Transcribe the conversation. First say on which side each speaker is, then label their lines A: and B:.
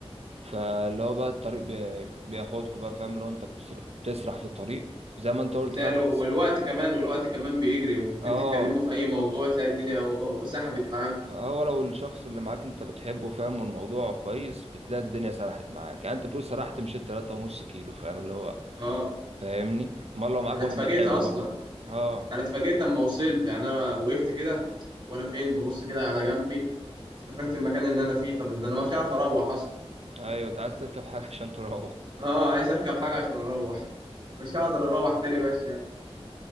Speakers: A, on the right; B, on the right.
A: فاللي هو بقى الطريق بي... بياخدكوا بقى فاهم لو انت بتسر... بتسرح في الطريق زي ما انت قلت
B: بتلاقي
A: فاهم
B: الو- والوقت كمان والوقت كمان بيجري وممكن
A: اه
B: تتكلموا في أي موضوع تلاقي الدنيا و- و- وسحبت معاك
A: هو لو الشخص اللي معاك انت بتحبه فاهم والموضوع كويس بتلاقي الدنيا سرحت معاك يعني انت بتقول سرحت مشيت تلاتة ونص كيلو فاهم اللي هو
B: آه
A: فاهمني امال لو معاك
B: أنا
A: واحد
B: اتفاجئت
A: بتحبه
B: أصلا
A: بقى اه
B: انا اتفاجئت لما وصلت يعني انا وقفت كده وانا فين ببص كده على جنبي افتكرت المكان اللي انا فيه طب ده انا مش عارف اروح اصلا
A: ايوه انت عايز تركب حاجة عشان تروح
B: اه عايز اركب حاجه عشان اروح مش هقدر اروح تاني ماشي يعني